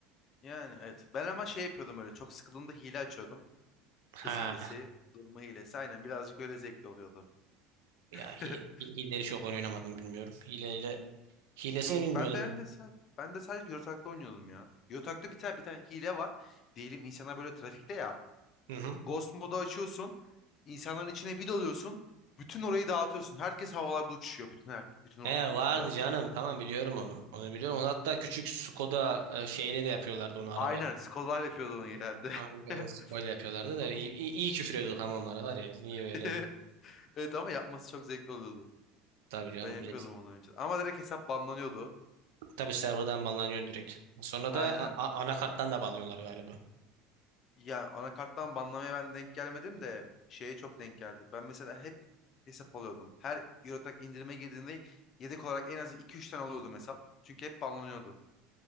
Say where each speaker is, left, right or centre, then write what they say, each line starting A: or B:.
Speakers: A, on the left; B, on the right.
A: Yani evet. Ben ama şey yapıyordum böyle. Çok sıkıldığımda hile açıyordum.
B: Ha
A: Hız hilesi, durma hilesi. Aynen birazcık öyle zevkli oluyordu. <laughs>
B: ya hi- hi- hileleri çok oyun oynamadım bilmiyorum. Hileyle hilesini
A: Yok
B: bilmiyordum.
A: ben ben de sa- ben de sadece Eurotrack'ta oynuyordum ya. Eurotrack'ta bir tane bir tane hile var. Diyelim insanlar böyle trafikte ya.
B: Hı hı.
A: Ghost modu açıyorsun. insanların içine bir dalıyorsun. Bütün orayı dağıtıyorsun. Herkes havalarda uçuşuyor. Bütün her bütün o
B: He vardı
A: tırlar.
B: canım. Tamam biliyorum onu. Onu biliyorum. Onu hatta küçük Skoda e, şeyle de yapıyorlardı onu arabayla.
A: Aynen Skolar yapıyordu onu genelde.
B: Aynen
A: <laughs>
B: Skoda yapıyorlardı da
A: Onu-
B: iyi, iyi, iyi küfür ediyorduk ama onlara var ya. İyi
A: <laughs>
B: böyle. bir-
A: Evet ama yapması çok zevkli oluyordu.
B: Tabii canım
A: Ben yapıyordum
B: millet.
A: onu önce. Ama direkt hesap banlanıyordu.
B: Tabii serverdan banlanıyorsun direkt. Sonra
A: Aynen.
B: da a- a- anakarttan da banlıyorlar galiba.
A: Ya anakarttan banlamaya ben denk gelmedim de şeye çok denk geldi. Ben mesela hep hesap alıyordum. Her Eurotrack indirime girdiğinde yedek olarak en az iki üç tane alıyordum hesap. Çünkü hep banlanıyordu.